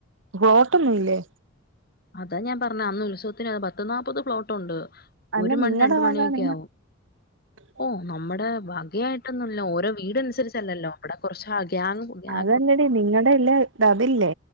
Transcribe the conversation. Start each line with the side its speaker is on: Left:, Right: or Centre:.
Right: പ്ലോട്ടോന്നുല്ല്യേ
Left: അതാ ഞാൻ പറഞ്ഞഞ് അന്ന് ഉത്സത്തിനന്ന് പ പത്ത് നാല്പ്പത് പ്ലോട്ടുണ്ട്
Right: അല്ല
Left: ഒരു മണി
Right: നിങ്ങടെ
Left: രണ്ട്
Right: വക
Left: മണിയൊക്കെ
Right: നിങ്ങ
Left: ആവും
Right: <inaudible>
Left: ഓഹ് നമ്മടെ വകയായിട്ടൊന്നുല്ല ഓരോ വീട് അനുസരിച്ചല്ലല്ലോ അവിടെ കൊറച്ച് ഗ്യാങ് ഗ്യാ
Right: അതെല്ലേടി നിങ്ങടെ എല്ലാ ഇത് അതില്ലേ